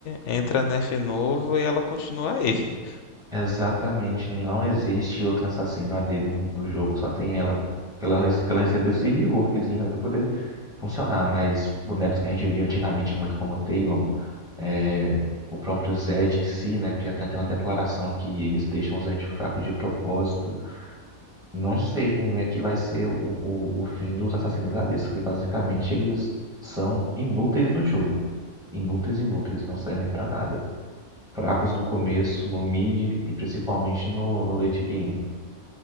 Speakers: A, on the left; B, in the centre.
A: entra nerf novo e ela continua aí. <laughs>
B: exatamente não existe outra assassino AD no, no jogo, só tem ela. Ela, ela recebeu esse reworkzinho aí pra poder funcionar, mas bonecos que a gente via antigamente é muito como Talon, É, O próprio Zed em si, né? Que já tem até uma declaração que eles deixam o Zed fraco de propósito. Não sei como é que vai ser o, o, o fim dos assassinos ADs, porque basicamente eles são inúteis no jogo. Inúteis, inúteis, não servem pra nada. Fracos no começo, no mid e principalmente no, no late game.